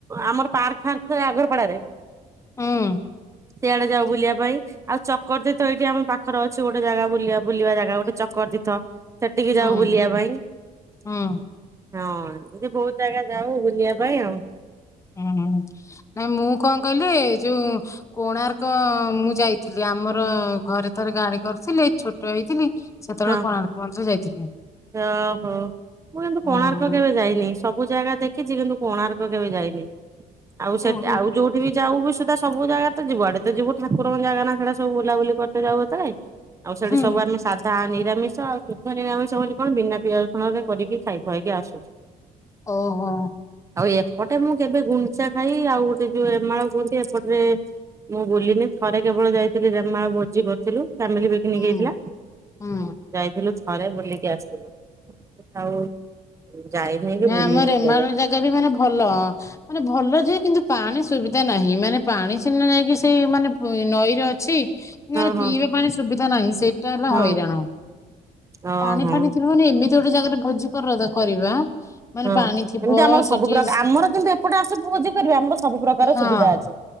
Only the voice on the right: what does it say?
ଆମର ପାର୍କ ଫାର୍କ ଆଗରପଡାରେ
ସିଆଡେ ଯାଉ ବୁଲିବା ପାଇଁ ଆଉ ଚକରତୀର୍ଥ ଏଇଠି ଆମ ପାଖର ଅଛି ଗୋଟେ ଜାଗା ବୁଲିବା ବୁଲିବା ଜାଗା ଗୋଟେ ଚକରତୀର୍ଥ ସେଠିକି
ଯାଉ ବୁଲିବା ପାଇଁ ।
ହଁ ଯେ ବହୁତ ଜାଗା ଯାଉ ବୁଲିବା ପାଇଁ ଆଉ
ହଁ
ଓହୋ ମୁଁ କିନ୍ତୁ
କୋଣାର୍କ କେବେ ଯାଇନି ସବୁ ବହୁତ୍ ଜାଗା ଦେଖିଛି କିନ୍ତୁ କୋଣାର୍କ କେବେ ଯାଇନି । ଆଉ ସେଟ୍
ଆଉ ଯୋଉଠି ବି ଯାଉ ବିି ସୁଧା ସବୁ ଜାଗା ତ ଯୁଆଡେ ତ ଯିବୁ ଠାକୁରଙ୍କ ଜାଗା ନା ସେଟା ଓଲାଓଲି କରିତେ ଯାଉ ଏତେଳେ ଆଉ ସେଠି
ସବୁ ଆମେ ସାଥ୍ ନିରାମିଷ ଆଉ ଶୁଦ୍ଧ ନିରାମିଷ ବୋଲି କଣ ବିନା ପିଆଜ ରସୁଣରେ କରିକି ଖାଇ ଖୁଆଇକି ଆସୁ ।
ଆଉ ଏପଟେ ମୁଁ କେବେ ଗୁଣ୍ଞ୍ଚା ଖାଇ ଆଉ ଗୋଟେ ଯୋଉ ରେମାଳ କୁହନ୍ତି ଏପଟରେ ମୁଁ ବୁଲିନି ଥରେ କେବଳ ଯାଇଥିଲି ରେମାଳ ଭୋଜି କରିଥିଲୁ। ଫାମିଲି ପିକନିକ
ହେଇଥିଲା।
ଯାଇଥିଲୁ ଥରେ ବୁଲିକି ଆସିଥିଲୁ ଆଉ ଯାଇନି କି
ବୁଲିନି
କେବେ
ହଁ
ହଁ।
ହଁ
ଓହୋ
ହଁ
ଏମିତି ଆମର ସବୁ
ପ୍ରକାର ଆମର କିନ୍ତୁ ଏପଟେ ଆସୁଭୋଜି କରିବା ଆମର ସବୁ ପ୍ରକାର
ସୁବିଧା ଅଛି